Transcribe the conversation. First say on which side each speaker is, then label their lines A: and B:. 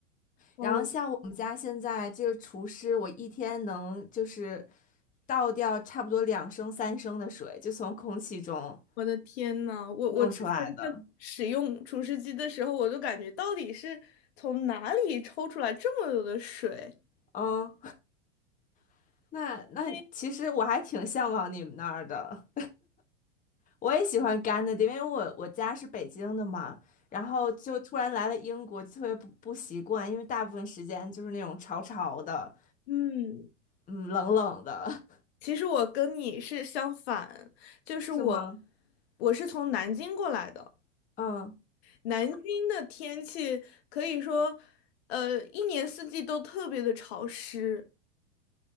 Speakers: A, on the left; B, on the left.
A: 哦，
B: 然后像我们家现在这个除湿，我一天能就是倒掉差不多两升三升的水，就从空气中
A: 我的天呐，我我之前在使用除湿机的时候，
B: 弄出来的。
A: 我就感觉到底是从哪里抽出来这么多的水？
B: 嗯，<laughs> 那那其实我还挺向往你们那儿的。
A: 为
B: 我也喜欢干的，因为我我家是北京的嘛，然后就突然来了英国，特别不不习惯，因为大部分时间就是那种潮潮的，
A: 嗯，是你嗯
B: 嗯，冷冷的，
A: 其实我跟你是相反，就是我
B: <laughs> 是吗？
A: 我是从南京过来的。
B: 嗯
A: 南京的天气可以说，呃，一年四季都特别的潮湿，